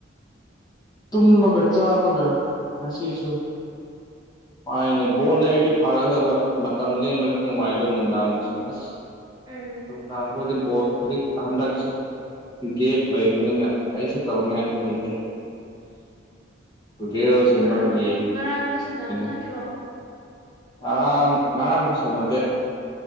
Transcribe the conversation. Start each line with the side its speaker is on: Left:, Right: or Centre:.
Left: ꯇꯨꯝꯃꯒ ꯆꯥꯕꯒ ꯉꯁꯤꯁꯨ ꯄꯥꯏꯅꯦ ꯕꯣꯜ ꯂꯩꯔꯗꯤ ꯐꯥꯒꯗꯕ ꯃꯇꯝ ꯂꯦꯟꯕ ꯈꯔ ꯅꯨꯡꯉꯥꯏꯕ ꯅꯨꯡꯗꯥꯡꯗꯁꯨ ꯑꯁ
Right: ꯎꯝ
Left: ꯅꯨꯝꯗꯥꯡ ꯈꯣꯏꯗꯤ ꯕꯣ ꯍꯧꯖꯤꯛ ꯍꯟꯗꯛꯁꯨ ꯒꯦꯞ ꯂꯩꯕꯅꯤꯅ ꯀꯔꯤꯁꯨ ꯇꯧꯅꯤꯉꯥꯏꯁꯨ ꯂꯩꯇꯦ ꯀꯇꯦ ꯁꯒꯨꯝꯕꯦ
Right: ꯎꯝ
Left: ꯌꯦ
Right: ꯉꯔꯥꯡꯗꯤ ꯁꯥꯟꯅꯕ ꯅꯠꯇ꯭ꯔꯣ
Left: <unintelligible> ꯑꯔꯥꯡ ꯉꯔꯥꯡꯁꯨ ꯁꯥꯟꯅꯗꯦ